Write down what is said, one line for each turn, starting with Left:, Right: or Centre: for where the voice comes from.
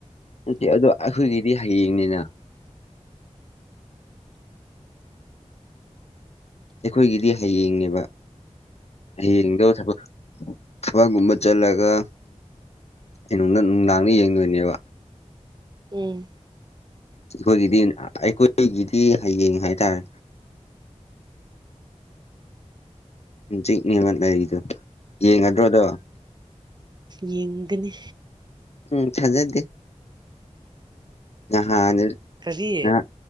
Left: ꯅꯠꯇ ꯑꯗꯣ ꯑꯩꯈꯣꯏꯒꯤꯗꯤ ꯍꯌꯦꯡꯅꯤꯅ ꯑꯩꯈꯣꯏꯒꯤꯗꯤ ꯍꯌꯦꯡꯅꯦꯕ ꯍꯌꯦꯡꯗꫭ ꯊꯕꯛ ꯊꯕꯛꯀꯨꯝꯕ ꯆꯠꯂꯒ ꯑꯩꯅꯨꯡꯗ ꯅꯨꯡꯗꯥꯡꯅ ꯌꯦꯡꯗꯣꯏꯅꯦꯕ
Right: ꯎꯝ
Left: ꯑꯩꯈꯣꯏꯒꯤꯗꯤ ꯑꯩꯈꯣꯏꯒꯤꯗꯤ ꯍꯌꯦꯡ ꯍꯥꯏꯇꯥꯔꯦ ꯍꯪꯆꯤꯛꯅꯤꯡꯕ ꯂꯩꯔꯤꯗꯨ ꯌꯦꯡꯒꯗ꯭ꯔꯣꯗꯣ
Right: ꯌꯦꯡꯒꯅꯤ
Left: ꯎꯝ ꯊꯥꯖꯗꯦ ꯅꯍꯥꯟ
Right: ꯀꯔꯤ
Left: ꯅꯍꯥꯟ